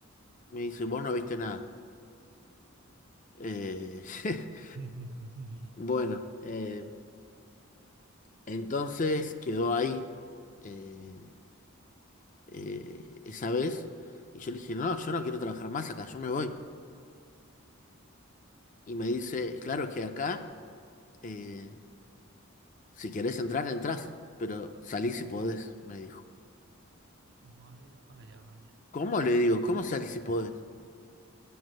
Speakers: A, on the left; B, on the right.
A: Me dice, vos no viste nada. Eh, <laughs>
B: <laughs>
A: Bueno, eh, Entonces quedó ahí eh, eh, esa vez y yo le dije, no, yo no quiero trabajar más acá, yo me voy. Y me dice, claro es que acá, eh, si querés entrar, entrás, pero salí si podés, me dijo.
B: Vaya, vaya, vaya.
A: ¿Cómo? Le digo, ¿cómo salí si podés?